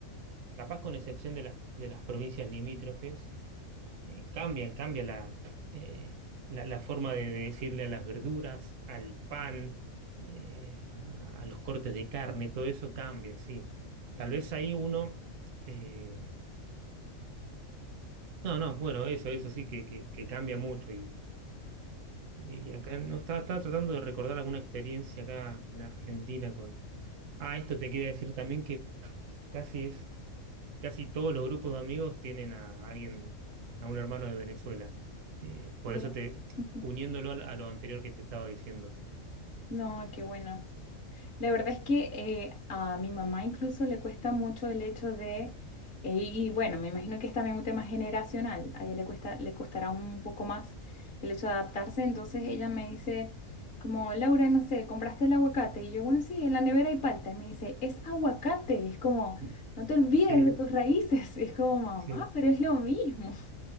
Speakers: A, on the right; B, on the left.
A: capaz con excepción de las, de las provincias limítrofes, eh, cambia, cambia la, eh, la, la forma de, de decirle a las verduras, al pan, eh, a, a los cortes de carne, todo eso cambia, sí. Tal vez ahí uno... eh, no, no, bueno, eso, eso sí que, que- que cambia mucho. Y, y acá no estaba, estaba tratando de recordar alguna experiencia acá en Argentina con. Ah, esto te quería decir también que casi es casi todos los grupos de amigos tienen a alguien, a un hermano de Venezuela. Eh, por
B: Mira.
A: eso te,
B: <laughs>
A: uniéndolo al- a lo anterior que te estaba diciendo.
B: No, qué buena. La verdad es que eh, a mi mamá incluso le cuesta mucho el hecho de, eh, y bueno, me imagino que es también un tema generacional, a ella le cuesta, le costará un poco más el hecho de adaptarse, entonces ella me dice como, Laura, no sé, ¿compraste el aguacate? Y yo, bueno, sí, en la nevera hay palta, y me dice, es aguacate, es como,
A: <laughs>
B: no te olvides
A: Sí,
B: de tus raíces, <laughs> es como, mamá,
A: sí,
B: pero es lo mismo.